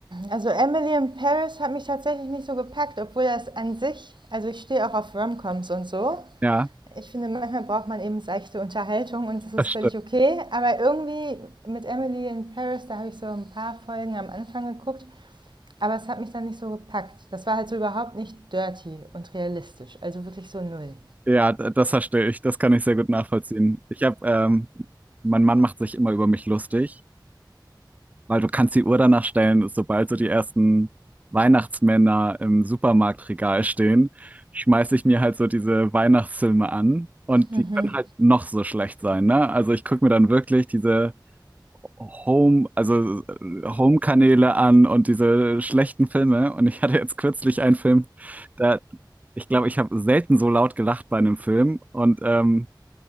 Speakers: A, on the right (about 80°); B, on the right (about 20°).
A: also Emily in Paris hat mich tatsächlich nicht so gepackt, obwohl das an sich, also ich stehe auch auf Romcoms und so.
B: Ja,
A: Ich finde, manchmal braucht man eben seichte Unterhaltung und das ist
B: das
A: völlig
B: stimmt.
A: okay. Aber irgendwie mit Emily in Paris, da habe ich so ein paar Folgen am Anfang geguckt, aber es hat mich dann nicht so gepackt. Das war halt so überhaupt nicht dirty und realistisch, also wirklich so null.
B: Ja, d- das verstehe ich. Das kann ich sehr gut nachvollziehen. Ich habe, ähm, mein Mann macht sich immer über mich lustig. Weil du kannst die Uhr danach stellen, sobald so die ersten Weihnachtsmänner im Supermarktregal stehen, schmeiß ich mir halt so diese Weihnachtsfilme an. Und
A: Mhm.
B: die können halt noch so schlecht sein, ne? Also ich gucke mir dann wirklich diese Home, also äh, Home-Kanäle an und diese schlechten Filme. Und ich hatte jetzt kürzlich einen Film, da, ich glaube, ich habe selten so laut gelacht bei einem Film. Und ähm,